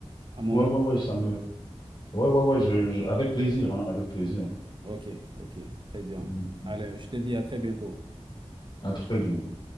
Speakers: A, on the right (about 45°); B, on the left (about 45°).
A: À mon
B: ouais,
A: retour.
B: ouais, ouais, ça me, ouais, ouais, ouais, je, je- avec plaisir, hein, avec plaisir.
A: OK, OK, très bien.
B: Mm, mm.
A: Allez, je te dis à très bientôt.
B: À très bientôt.